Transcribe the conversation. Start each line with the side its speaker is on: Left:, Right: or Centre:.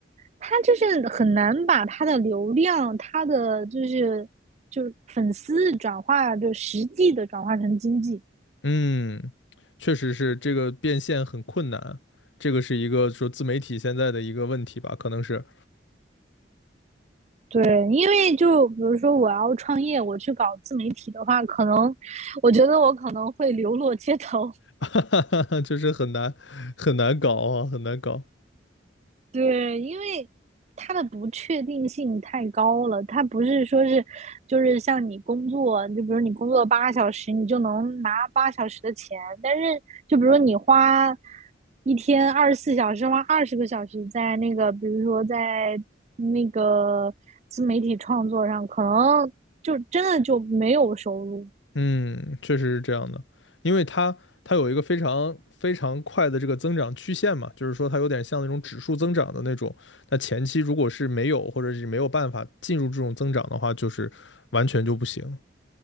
Right: 他就是很难把他的流量、他的就是就是粉丝转化，就实际的转化成经济。
Left: 嗯，确实是这个变现很困难，这个是一个说自媒体现在的一个问题吧，可能是，
Right: 对，因为就比如说我要创业，我去搞自媒体的话，可能我觉得我可能会流落街头，
Left: <laughs> 就是很难很难搞啊，很难搞。
Right: 对，因为它的不确定性太高了，它不是说是，就是像你工作，就比如你工作八小时，你就能拿八小时的钱，但是就比如你花一天二十四小时，花二十个小时在那个，比如说在那个自媒体创作上，可能就真的就没有收入。
Left: 嗯，确实是这样的，因为它它有一个非常非常快的这个增长曲线嘛，就是说它有点像那种指数增长的那种。那前期如果是没有或者是没有办法进入这种增长的话，就是完全就不行。